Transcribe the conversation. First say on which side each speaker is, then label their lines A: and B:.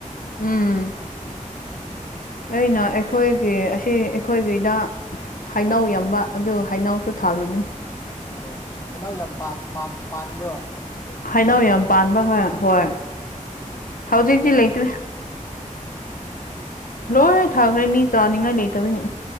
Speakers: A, on the left (about 85°); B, on the left (about 20°).
A: ꯎꯝ ꯑꯩꯅ ꯑꯩꯈꯣꯏꯒꯤ ꯑꯁꯤ ꯑꯩꯈꯣꯏꯒꯤꯗ, ꯍꯩꯅꯧ ꯌꯥꯝꯕ ꯑꯗꯨ ꯍꯩꯅꯧꯁꯨ ꯊꯥꯕꯤꯕꯅꯤ꯫
B: ꯑꯣ ꯍꯩꯅꯧ ꯌꯥꯝ ꯄꯥꯟ ꯄꯥꯟ ꯄꯥꯟꯕ꯭ꯔꯣ?
A: ꯍꯩꯅꯧ
B: ꯅꯣꯏ ꯈꯨꯟꯗ
A: ꯌꯥꯝ ꯄꯥꯟꯕ ꯍꯣꯏ ꯍꯣꯏ ꯍꯧꯖꯤꯛꯇꯤ
B: ꯐꯩꯅꯦ
A: ꯂꯩꯇ꯭ꯔꯦ꯫
B: ꯑꯣ
A: ꯂꯣꯏ ꯊꯥꯈ꯭ꯔꯦ ꯃꯤ ꯆꯥꯅꯤꯡꯉꯥꯏ ꯂꯩꯇꯕꯅꯤ꯫